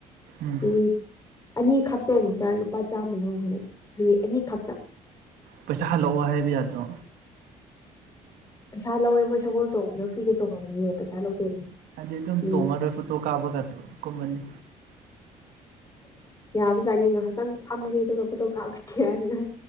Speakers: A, on the right; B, on the left.
A: ꯎꯝ
B: ꯃꯤꯅꯤꯠ ꯑꯅꯤꯈꯛꯇꯣꯡꯕꯗ ꯂꯨꯄꯥ ꯆꯥꯝꯃ ꯂꯧꯈ꯭ꯔꯦ ꯃꯤꯅꯤꯠ ꯑꯅꯤꯈꯛꯇ
A: ꯄꯩꯁꯥ ꯍꯜꯂꯛꯑꯣ ꯍꯥꯏꯕ ꯌꯥꯗ꯭ꯔꯣ
B: ꯄꯩꯁꯥ ꯂꯧꯋꯦ ꯃꯣꯏ ꯁꯒꯣꯜ ꯇꯣꯡꯝꯕꯗꯣ ꯐ꯭ꯒꯦ ꯇꯣꯡꯉꯜꯂꯅꯦꯦ ꯄꯩꯁ ꯂꯧꯗꯣꯏꯅꯦ
A: ꯍꯥꯏꯗꯤ ꯑꯗꯨꯝ
B: ꯃꯤꯅꯤꯠ
A: ꯇꯣꯡꯉꯔꯣꯏ ꯐꯣꯇꯣ ꯀꯥꯞꯄꯒ ꯀꯨꯝꯃꯅꯤ
B: ꯌꯥꯕꯖꯥꯅꯤ ꯉꯥꯏꯍꯥꯛꯇꯪ ꯐꯝꯒꯦ ꯑꯗꯨꯒ ꯐꯣꯇꯣ ꯀꯥꯞꯒꯦ ꯍꯥꯏꯔꯒ